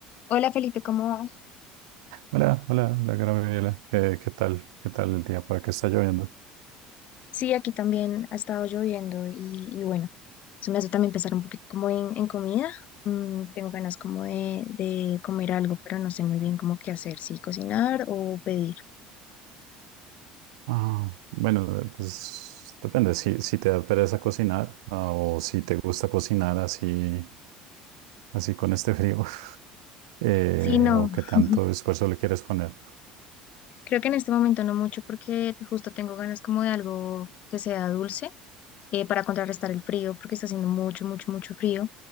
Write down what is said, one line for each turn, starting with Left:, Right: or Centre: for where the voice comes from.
Left: Hola Felipe, ¿cómo vas?
Right: Hola, hola, hola, Gabriela. ¿Qué, qué tal? ¿Qué tal el día? ¿Para qué está lloviendo?
Left: Sí, aquí también ha estado lloviendo y, y bueno, eso me hace también pensar un poquito como en, en comida. Mm, tengo ganas como de, de comer algo, pero no sé muy bien cómo qué hacer, si cocinar o pedir.
Right: Ah, bueno, eh, pues depende. Si, si te da pereza cocinar ah, o si te gusta cocinar así, así con este frío <laughs> eh,
Left: Sí, no,
Right: o
Left: <laughs>
Right: qué tanto esfuerzo le quieres poner.
Left: creo que en este momento no mucho porque justo tengo ganas como de algo que sea dulce eh, para contrarrestar el frío porque está haciendo mucho, mucho, mucho frío